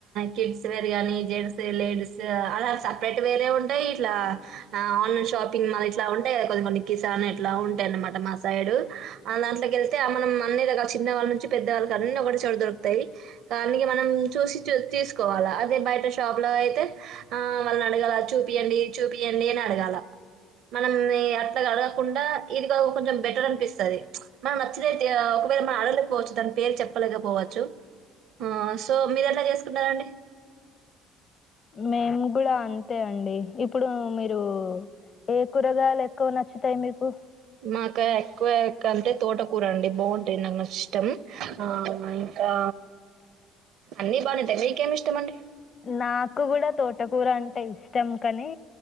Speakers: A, on the right; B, on the left.
A: కిడ్స్ వేర్ కాని జెంట్స్ లేడీస్ అలా సపరేట్ వేర్ ఉంటా ఇట్ ఆన్లైన్ షాపింగ్ ఇట్లా ఉంటాయి కదా కొ కొన్ని కిసాన్ ఇట్లా ఉంటాయి అన్నమాట మా సైడు ఆ దాంట్లోకి వెళ్తే మనం అన్న చిన్న వాళ్ళ నుంచి పెద్దవాళ్ళకి అన్ని ఒకటె చోట దొరుకుతాయి దానికి మనం చూసి తీసుకోవాలి అదే బయట షాప్ లో అయితే ఆ వాళ్ళని అడగాల చూపిించడి చూపించండి అని అడగాల మనం అట్లా అడగకుండా ఇది కా కొంచెం బెటర్ అనిపిస్తుంది మనం నచ్చినయి ఒకవేళ మ ఆడలేకపోవచ్చు దాని పేరు చెప్పలేకపోవచ్చు ఆ సో మీరు ఎట్లా చేసుకుంటారండి
B: మేము కూడా అంతే అండి ఇప్పుడు మీరు ఏ కూరగాయలు ఎక్కువ నచ్చుతాయి మీకు
A: మాకు ఎక్కువ అంటే తోటకూర అండి బాగుంటాది నాకు ఇష్టం ఆ ఆ అన్ని బానేంటాయి మీకేమి ఇష్టం అండి
B: నాకు కూడా తోటకూర అంటే ఇష్టం కాని